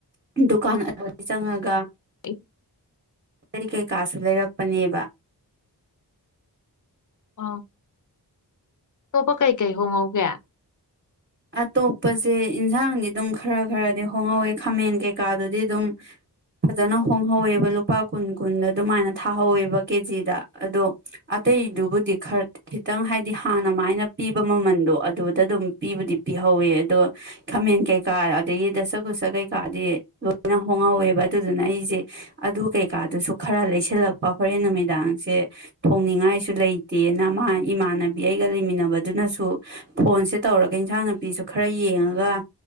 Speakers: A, on the right; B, on the left.
A: ꯗꯨꯀꯥꯟ ꯑꯗꯨꯋꯥꯗ ꯆꯪꯉꯒ
B: <unintelligible>
A: ꯑꯩ ꯀꯩꯀꯥꯁꯨ ꯂꯩꯔꯛꯄꯅꯦꯕ
B: ꯑꯥ ꯑꯇꯣꯞꯄ ꯀꯩꯀꯩ ꯍꯣꯡꯍꯧꯒꯦ
A: ꯑꯇꯣꯞꯄꯁꯦ ꯏꯟꯁꯥꯡꯗꯤ ꯑꯗꯨꯝ ꯈꯔ ꯈꯔꯗꯤ ꯍꯣꯡꯍꯧꯋꯦ ꯈꯥꯃꯦꯟ ꯀꯩꯀꯥꯗꯨꯗꯤ ꯑꯗꯨꯝ ꯐꯖꯅ ꯍꯣꯡꯍꯧꯋꯦꯕ ꯂꯨꯄꯥ ꯀꯨꯟ ꯀꯨꯟꯗ ꯑꯗꯨꯃꯥꯏꯅ ꯊꯥꯍꯧꯋꯦꯕ ꯀꯦꯖꯤꯗ ꯑꯗꯣ ꯑꯇꯩꯗꯨꯕꯨꯗꯤ ꯈꯔ ꯈꯤꯇꯪ ꯍꯥꯏꯗꯤ ꯍꯥꯟꯅꯃꯥꯏꯅ ꯄꯤꯕ ꯃꯃꯜꯗꯣ ꯑꯗꯨꯗ ꯑꯗꯨꯝ ꯄꯤꯕꯨꯗꯤ ꯄꯤꯍꯧꯋꯦ ꯑꯗꯣ ꯈꯥꯃꯦꯟ ꯀꯩꯀꯥ ꯑꯗꯒꯤ ꯗꯁ ꯁ ꯀꯩꯀꯥꯗꯤ ꯂꯣꯏꯅ ꯍꯣꯡꯍꯧꯋꯦꯕ ꯑꯗꯨꯗꯨꯅ ꯑꯩꯁꯦ ꯑꯗꯨ ꯀꯩꯀꯥꯗꯨꯁꯨ ꯈꯔ ꯂꯩꯁꯤꯜꯂꯛꯄ ꯍꯣꯔꯦꯟ ꯅꯨꯃꯤꯗꯥꯡꯁꯦ ꯊꯣꯡꯅꯤꯡꯉꯥꯏꯁꯨ ꯂꯩꯇꯦꯅ ꯃꯥ ꯏꯃꯥꯟꯅꯕꯤ ꯑꯩꯒ ꯂꯩꯃꯤꯟꯅꯕꯗꯨꯅꯁꯨ ꯐꯣꯟꯁꯦ ꯇꯧꯔꯒ ꯏꯟꯁꯥꯡ ꯄꯤ ꯄꯤꯕꯤꯁꯨ ꯈꯔ ꯌꯦꯡꯉꯒ